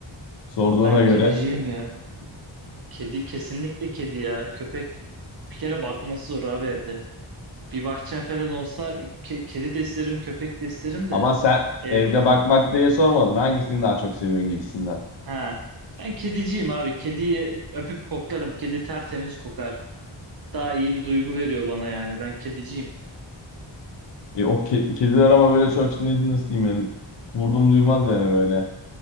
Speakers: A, on the left; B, on the right.
A: sorduğuna
B: Ben
A: göre.
B: kediciyim ya. Kedi kesinlikle kedi ya. Köpek bir kere bakması zor abi evde. Bir bahçem falan olsa ke- kedi de isterim, köpek de isterim de
A: Ama sen
B: ev
A: evde bakmak diye sormadın. Hangisini daha çok seviyorsun gibisinden.
B: ha. Ben kediciyim abi. Kediyi öpüp koklarım. Kedi tertemiz kokar. Daha iyi bir duygu veriyor bana yani. Ben kediciyim.
A: E, o ke- kediler ama böyle çok ne- nasıl diyeyim yani, vurdum duymaz yani böyle.